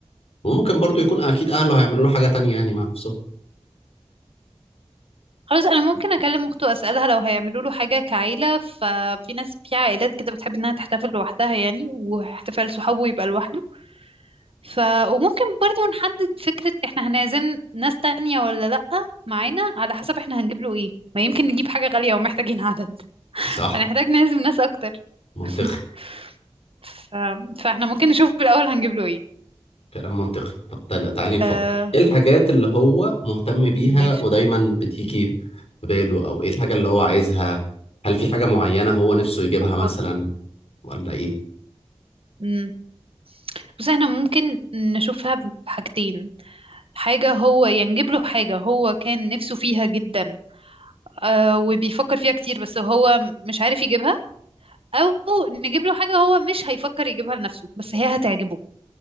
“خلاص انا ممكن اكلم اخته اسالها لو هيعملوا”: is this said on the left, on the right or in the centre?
Right